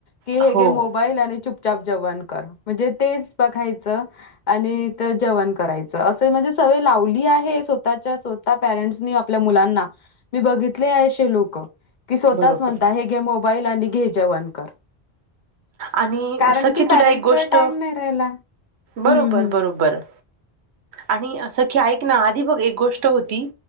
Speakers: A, on the left; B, on the right.
A: की
B: हो
A: हे घे
B: हो
A: मोबाईल आणि चुपचाप जेवण कर. म्हणजे तेच बघायचं आणि इथ जेवण करायच. अस म्हणजे सवय ला लावली आहे, स्वतःच्याच स्वतः परेंट्स नी आपल्या मुलांना. मी बघितलेय असे लोकं.
B: बरोबर
A: स्वतःच म्हणता हे घे, मोबाईल आणि घे जेवण. कर.
B: आणि
A: कारण
B: सखी
A: की, पॅरेंट्सकडे
B: तुला एक गोष्ट
A: टाईम नाही राहिला. हम्म
B: बरोबर-
A: हम्म.
B: बरोबर.
A: <inaudible>
B: आणि असं की ऐक ना, आधी बघ एक गोष्ट होती.